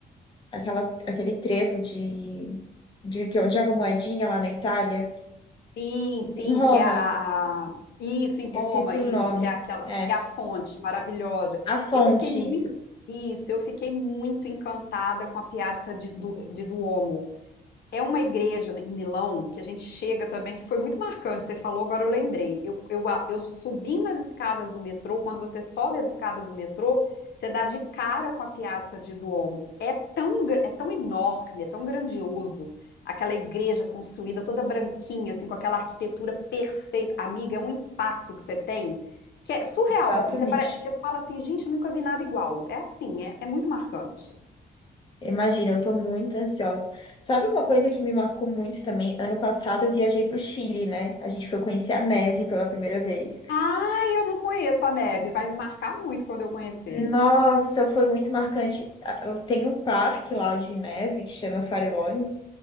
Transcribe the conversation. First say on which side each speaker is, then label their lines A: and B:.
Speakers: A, on the left; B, on the left.
A: aquela, aquele trevo de, de, de onde joga a moedinha lá na Itália,
B: Sim, sim,
A: em Roma.
B: que é a, a- isso em Roma,
A: Eu esqueci
B: isso
A: o nome.
B: que é aquela
A: É,
B: que é a fonte maravilhosa.
A: a fonte,
B: Eu fiquei muito
A: isso,
B: isso, eu fiquei muito encantada com a Piazza di, do di Duomo. É uma igreja em Milão que a gente chega também, que foi muito marcante. Você falou, agora eu lembrei. Eu, eu, a- eu subindo as escadas do metrô, quando você sobe as escadas do metrô, você dá de cara com a Piazza di Duomo. É tão, gra- é tão enorme, é tão grandioso. Aquela igreja construída toda branquinha, assim, com aquela arquitetura perfeita. Amiga, é um impacto que você tem que é surreal,
A: exatamente.
B: assim. Você, pare- você fala assim, gente, eu nunca vi nada igual. É assim, é, é muito marcante.
A: Imagina, eu tô muito ansiosa. Sabe uma coisa que me marcou muito também? Ano passado eu viajei pro Chile, né? A gente foi conhecer a neve pela primeira vez.
B: Ai, eu não conheço a neve. Vai me marcar muito quando eu conhecer.
A: Nossa, foi muito marcante. Ah, eu- Tem um parque lá de neve que chama Farellones,